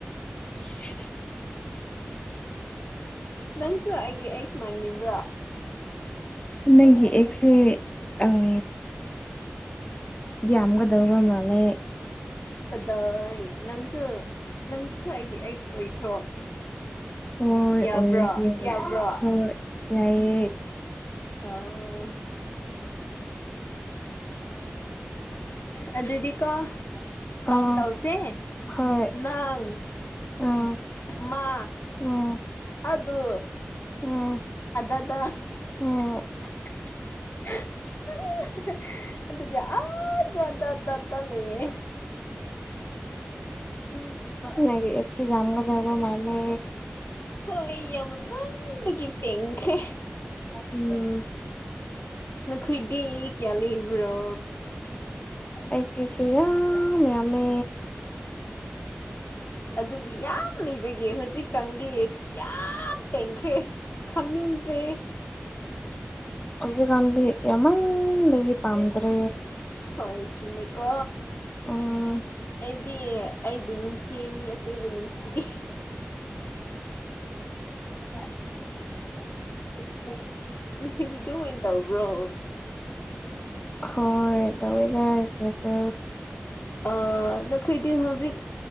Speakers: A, on the left; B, on the left.
A: <unintelligible>
B: ꯅꯪꯁꯨ ꯑꯩꯒꯤ ꯑꯧꯛꯁꯃꯟꯅꯤꯕ꯭ꯔꯣ
A: ꯅꯪꯒꯤ ꯑꯦꯛꯁꯁꯦ ꯑꯪ ꯌꯝꯒꯗꯕ ꯃꯥꯟꯂꯦ
B: ꯀꯗꯥꯏ ꯅꯪꯁꯨ ꯅꯪꯁꯨ ꯑꯩꯒꯤ ꯑꯦꯛꯁ ꯑꯣꯏꯈ꯭ꯔꯣ
A: ꯍꯣꯏ
B: ꯌꯥꯕ꯭ꯔꯣ
A: ꯑꯣꯏꯔꯒꯦ <unintelligible>
B: ꯌꯥꯕ꯭ꯔꯣ
A: ꯌꯥꯏꯑꯦ
B: ꯑꯣ ꯑꯗꯨꯗꯤ ꯀꯣ ꯀꯥꯎꯟ
A: ꯑꯥ
B: ꯇꯧꯁꯦ
A: ꯍꯣꯏ
B: ꯅꯪ
A: ꯑꯥ
B: ꯃ
A: ꯎꯝ
B: ꯑꯗꯨ
A: ꯎꯝ
B: ꯑꯗꯗ <unintelligible>
A: ꯎꯝ
B: ꯑꯗꯨꯒ ꯑꯥꯗꯥꯗꯗ ꯂꯩꯌꯦꯦ ꯎꯝ
A: ꯅꯪꯒꯤ ꯑꯦꯛꯁꯦ ꯌꯥꯝꯒꯗꯕ ꯃꯥꯜꯂꯦ
B: ꯍꯣꯏ ꯌꯥꯝꯕꯒꯤ ꯄꯦꯡꯈ꯭ꯔꯦ
A: ꯎꯝ
B: ꯅꯈꯣꯏꯗꯦ ꯀꯌꯥ ꯂꯩꯕ꯭ꯔꯣ
A: ꯑꯩꯒꯤꯁꯨ ꯌꯥꯝ ꯃꯌꯥꯝꯃꯦ
B: ꯑꯗꯨꯒꯤ ꯌꯥꯝ ꯂꯩꯕꯒꯤ ꯍꯧꯖꯤꯛꯀꯥꯟꯗꯤ ꯌꯥꯝ ꯌꯥꯝ ꯄꯦꯡꯈ꯭ꯔꯦ ꯊꯝꯅꯤꯡꯗ꯭ꯔꯦ
A: ꯍꯧꯖꯤꯀꯥꯟꯗꯤ ꯌꯥꯝꯃꯟꯕꯒꯤ ꯄꯥꯝꯗ꯭ꯔꯦ
B: ꯍꯣꯏ ꯆꯨꯝꯅꯤꯀꯣ
A: ꯎꯝ
B: ꯑꯩꯗꯤ ꯑꯩꯕꯨ ꯅꯨꯡꯁꯤ ꯆꯦꯃꯤ ꯑꯇꯩꯕꯨ ꯅꯨꯡꯁꯤꯗꯦ
A: <inaudible>
B: <unintelligible> ꯑꯗꯨ ꯑꯣꯏꯅ ꯇꯧꯕ꯭ꯔꯣ
A: ꯍꯣꯏ ꯇꯧꯕꯗ ꯀꯩꯁꯣ
B: ꯑ ꯅꯈꯣꯏꯗꯤ ꯍꯧꯖꯤꯛ